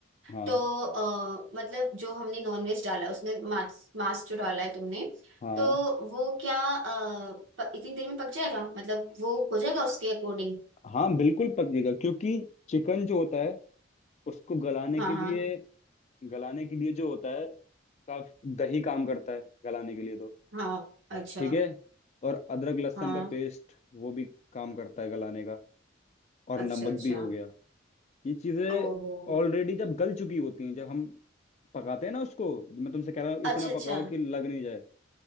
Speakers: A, on the left; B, on the right.
A: हाँ
B: तो अ, मतलब जो हमने नॉनवेज डाला उसमें मांस मांस जो डाला है तुमने
A: हाँ
B: तो वो क्या अ, प, इतनी देर में पक जाएगा मतलब वो हो जाएगा उसके अकॉर्डिंग
A: हाँ बिल्कुल पक जाएगा क्योंकि चिकन जो होता है उसको गलाने
B: हाँ
A: के
B: हाँ
A: लिए गलाने के लिए जो होता है काफी दही काम करता है गलाने के लिए तो
B: हाँ अच्छा
A: ठीक है और अदरक लहसुन
B: हाँ
A: का पेस्ट वो भी काम करता है गलाने का और
B: अच्छा
A: नमक
B: अच्छा
A: भी हो गया ये चीजें
B: ओहो
A: ऑलरेडी जब गल चुकी होती हैं जब हम पकाते हैं ना उसको मैं तुमसे कह रहा हूँ
B: अच्छा
A: इतना
B: अच्छा
A: पकाओ कि लग नहीं जाए